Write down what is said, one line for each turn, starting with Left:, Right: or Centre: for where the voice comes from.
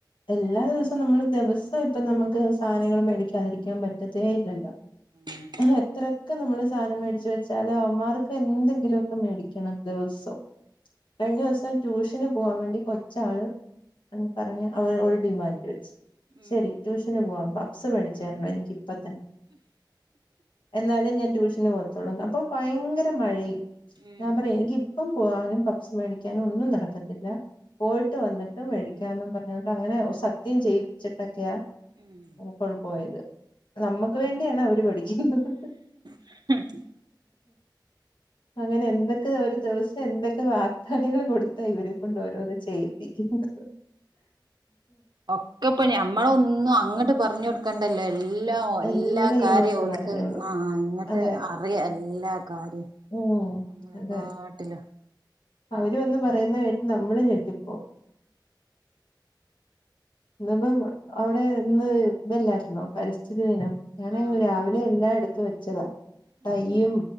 Left: എല്ലാ ദിവസവും നമ്മള് ദിവസം ഇപ്പം നമുക്ക് സാധനങ്ങളും മേടിക്കാതിരിക്കാൻ പറ്റത്തേ ഇല്ലല്ലോ
Right: ഉം
Left: എത്രയൊക്കെ നമ്മള് സാധനം മേടിച്ചു വെച്ചാല് അവന്മാർക്ക് എന്തെങ്കിലുമ ഒക്കെ മേടിക്കും ക്കണംദിവസം കഴിഞ്ഞ ദിവസം ട്യൂഷന് പോകാൻ വേണ്ടി കൊ ച്ചവള് എന്ന് പറഞ്ഞ് അവ ഒരു ഡിമാൻഡ് വെച്ച്
Right: ഉം
Left: ശരി ട്യൂഷന് പോവാമ്പാ സ് മേടിച്ചേരണം എനിക്ക് ഇപ്പ എന്ന്എന്നാലേ ഞാൻ ട്യൂഷന് പോത്തോളൂ അപ്പൊ ഭയങ്കര മഴയും
Right: ഉം
Left: ഞാൻ പറയാ എനിക്ക് ഇപ്പം പോവാനും പപ്സ് മേടിക്കാനും ഒന്നും നടക്കത്തില്ല പോയിട്ട് വന്നിട്ട് മേടിക്കാന്ന് പറഞ്ഞോണ്ട് അങ്ങനെ സത്യം ചെയ്യിപ്പിച്ചിട്ടൊക്കെയാ
Right: ഉം
Left: കൂടപോയത് നമ്മക്ക് വേണ്ടിയാണ് അവര് പഠിക്കുന്നത്
Right: അ <unintelligible>
Left: അങ്ങനെ എന്തൊക്കെ ഒരു ദിവസം എന്തൊക്കെ വാഗ്ദാനങ്ങൾ കൊടുത്താ ഇവരെ കൊണ്ട് ഓരോന്ന് ചെയ്യിപ്പിക്കുന്നത്
Right: ഒക്കെപ്പൊ ഞമ്മള ഒന്നും അങ്ങോട്ട് പറഞ്ഞഞ് കൊടുക്കണ്ടല്ലോ എല്ലാ എല്ലാ
Left: എല്ലാം
Right: കാര്യ
Left: ഇങ്ങോട്ട്
Right: ഓൾക്ക്
Left: പറഞ്ഞോളും
Right: ആ അങ്ങിട്ട്
Left: അതെ
Right: അറിയാം എല്ലാ കാര്യ
Left: ഉം
Right: നമ്മളെ
Left: അതെ
Right: കാട്ടില
Left: അവര് വന്ന് പറയുന്ന കേട്ട് നമ്മള് ഞെട്ടിപ്പോ ഇന്ന്ഇപ്പം അവിടെ ഇന്ന് ഇതല്ലായിരുന്നോ പരിസ്ഥിതി ദിനം അങ്ങനെ
Right: ആഹ്
Left: രാവിലെ
Right: ആഹ്
Left: എല്ലായിടത്തു വെച്ചതാ തയ്യും
Right: ഉം ഉം